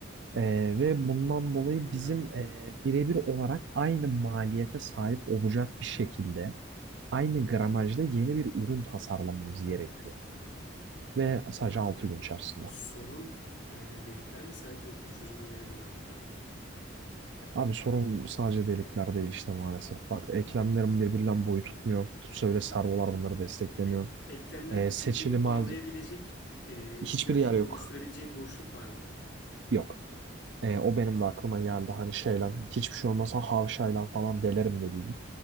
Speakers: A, on the right; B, on the left.
A: Ee, ve bundan dolayı
B: Eyvah.
A: bizim e, birebir olarak aynı maliyete sahip olacak bir şekilde aynı gramajda yeni bir ürün tasarlamamız gerekiyor. Ve sadece
B: Abi
A: 6 gün içerisinde.
B: sorun e, delikler mi sadece bir çözüm önerim var bu konuda.
A: Abi sorun sadece delikler değil işte maalesef. Bak eklemlerim birbirinden boyu tutmuyor. Tutsa bile servolar bunları desteklemiyor.
B: E, eklemlerde
A: Ee, seçili
B: birbirini
A: mal-
B: bağlayabilecek e,
A: hiçbir
B: vida
A: yer
B: deliği
A: yok.
B: oluşturabileceğin boşluk var mı?
A: Yok. Ee, o benim de aklıma geldi. Hani şeyle hiçbir şey olmasa havşayla falan delerim dediydim.